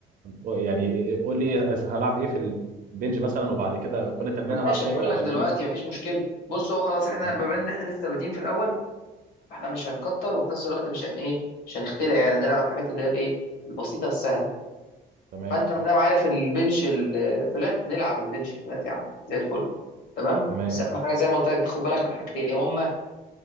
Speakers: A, on the right; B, on the left.
A: يعني قول لي إيه- هلعب ايه في البنج مثلا وبعد كده كل تمرين العب
B: ماشي
A: فيها
B: اقول
A: ايه عشان
B: لك دلوقتي
A: ايه
B: مفيش مشكله بص هو خلاص احنا
A: مم.
B: بما ان احنا لسه بادئين في الاول فاحنا مش هنكتر وفي نفس الوقت مش هن ايه مش هنخترع يعني نلعب الحاجات اللي هي الايه البسيطه السهله
A: تمام
B: فانت ما دام عارف البنش الفلات نلعب البنش الفلات يا عم زي الفل تمام
A: تمام
B: بس اهم حاجه زي ما قلت لك تاخد بالك من حاجتين ايه هما